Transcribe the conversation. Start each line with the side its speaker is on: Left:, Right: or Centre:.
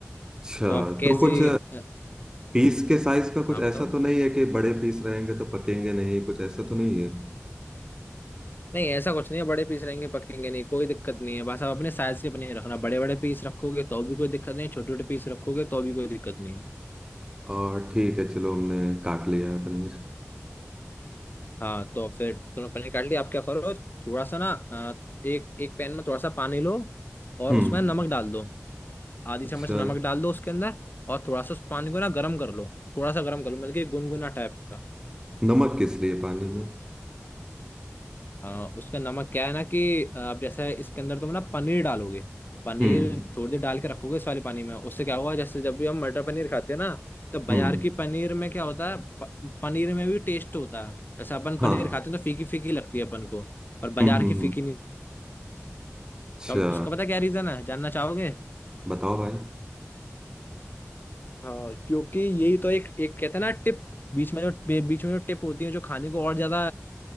Right: अच्छा
Left: तो आप कैसी
Right: तो कुछ
Left: अ,
Right: पीस के साइज का कुछ
Left: हाँ बताओ
Right: ऐसा तो नहीं है कि बड़े पीस रहेंगे तो पकेंगे नहीं कुछ ऐसा तो नहीं है
Left: नहीं ऐसा कुछ नहीं है बड़े पीस रहेंगे पकेंगे नहीं कोई दिक्कत नहीं है बस आप अपने साइज के पनीर रखना बड़े बड़े पीस रखोगे तो भी कोई दिक्कत नहीं छोटे छोटे पीस रखोगे तो भी कोई दिक्कत नहीं है
Right: और ठीक है चलो हमने काट लिया है पनीर
Left: हाँ तो फिर तुमने पनीर काट लिया आप क्या करो थोड़ा सा ना अ, एक एक पैन में थोड़ा सा पानी लो और
Right: हम्म
Left: उसमें नमक डाल दो आधी
Right: अच्छा
Left: चम्मच नमक डाल दो उसके अंदर और थोड़ा सा उस पानी को ना गर्म कर लो थोड़ा सा गर्म कर लो मतलब कि गुनगुना टाइप का
Right: नमक किस लिए पानी में
Left: हाँ उसका नमक क्या है ना कि आ, आप जैसे इसके अंदर तुम ना पनीर डालोगे पनीर
Right: हम्म
Left: थोड़ी देर डाल के रखोगे इस वाले पानी में उससे क्या हुआ जैसे जब भी हम मटर पनीर खाते हैं ना तो बाजार
Right: हम्म
Left: की पनीर में क्या होता है प- पनीर में भी टेस्ट होता है जैसे अपन पनीर
Right: हाँ
Left: खाते हैं तो फीकी फीकी लगती है अपन को पर बाजार
Right: हम्म हम्म
Left: की फीकी
Right: हम्म
Left: नहीं
Right: अच्छा
Left: तो उसका पता क्या रीजन है जानना चाहोगे
Right: बताओ भाई
Left: हाँ क्योंकि यही तो एक एक कहते हैं ना टिप बीच में जो बे- बीच में जो टिप होती है जो खाने को और ज्यादा